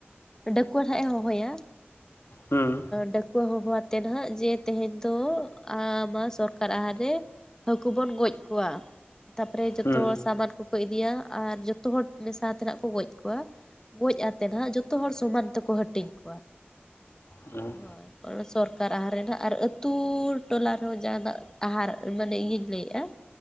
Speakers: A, on the left; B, on the left.
A: ᱰᱟᱹᱠᱣᱟᱹ ᱱᱟᱸᱜ-ᱮ ᱦᱚᱦᱚᱭᱟ
B: ᱦᱩᱸ
A: ᱰᱟᱹᱠᱩᱣᱟᱹ ᱦᱚᱦᱚ ᱟᱛᱮᱫ ᱱᱟᱜ ᱡᱮ ᱛᱮᱦᱮᱧ ᱫᱚ ᱟ ᱢᱟ ᱥᱚᱨᱠᱟᱨ ᱟᱦᱟᱨ ᱨᱮ ᱦᱟᱹᱠᱩ ᱵᱚᱱ ᱜᱚᱡ ᱠᱚᱣᱟ᱾ ᱛᱟᱯᱚᱨᱮ ᱡᱚᱛᱚ
B: ᱦᱩᱸ
A: ᱦᱚᱲ ᱥᱟᱢᱟᱱ ᱠᱚ ᱠᱚ ᱤᱫᱤᱭᱟ ᱟᱨ ᱡᱚᱛᱚ ᱦᱚᱲ ᱢᱮᱥᱟ ᱛᱮᱱᱟᱜ ᱠᱚ ᱜᱚᱡ ᱠᱚᱣᱟ᱾ ᱜᱚᱡ ᱟᱛᱮ ᱱᱟᱦᱟᱜ ᱡᱚᱛᱚ ᱦᱚᱲ ᱥᱚᱢᱟᱱ ᱛᱮᱠᱚ ᱦᱟᱹᱴᱤᱧ ᱠᱚᱣᱟ᱾
B: ᱦᱩᱸ
A: ᱦᱳᱭ᱾ ᱚᱱᱟ ᱥᱚᱨᱠᱟᱨ ᱟᱦᱟᱨ ᱨᱮᱱᱟᱜ ᱟᱨ ᱟᱹᱛᱩ ᱴᱚᱞᱟ ᱨᱮᱦᱚᱸ ᱡᱟᱦᱟᱱᱟᱜ ᱟᱦᱟᱨ ᱢᱟᱱᱮ ᱤᱧᱤᱧ ᱞᱟᱹᱭᱮᱫᱼᱟ